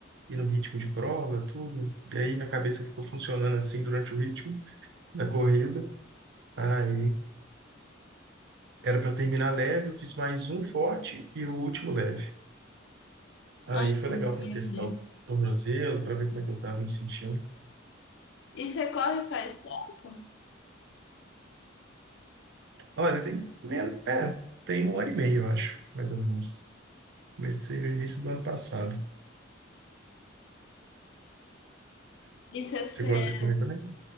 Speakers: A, on the right (about 60°); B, on the left (about 65°).
A: e no ritmo de prova, tudo. E aí minha cabeça ficou funcionando assim durante o ritmo da corrida. Aí era para terminar leve, eu fiz mais um forte e o último leve. Aí
B: Ah,
A: foi
B: entendi.
A: legal para testar o tornozelo, para ver como é que eu estava me sentindo.
B: E você corre faz tempo?
A: Olha, tem, né, é, tem um ano e meio, eu acho, mais ou menos. Comecei no início do ano passado.
B: E você fez...
A: Você gosta de correr também?